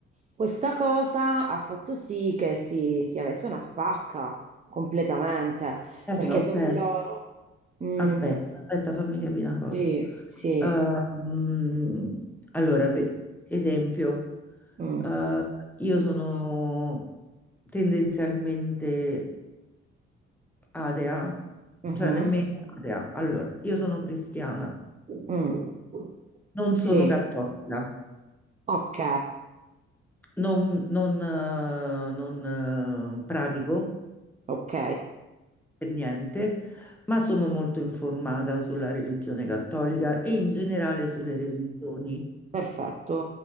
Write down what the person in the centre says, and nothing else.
Eh,
ok.
Aspetta, aspetta, fammi capire una cosa.
Ehm, allora, beh, esempio,
eh, io sono tendenzialmente atea,
cioè nemmeno atea. Allora, io sono cristiana,
non sono
cattolica,
non, non, eh, non, eh, pratico
per niente, ma sono molto informata sulla religione cattolica e in generale sulle religioni.